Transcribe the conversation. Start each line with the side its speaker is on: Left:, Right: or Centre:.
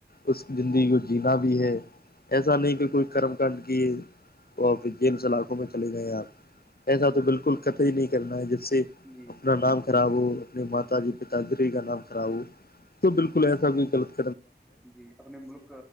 Left: اس زندگی کو جینا بھی ہے ایسا نہیں کہ کوئی کرم کانڈ کیے تو پھر جیل سے علاقوں میں چلے جائیں آپ ایسا تو بالکل کط ہی نہیں کرنا ہے جس سے
Centre: جی
Left: اپنا
Centre: جی
Left: نام
Centre: جی
Left: خراب ہو اپنی مات پا جی پتا گری کا نام خڑا ہو تو بالکل ایسا کوئیل کر
Centre: جی اپنے ملک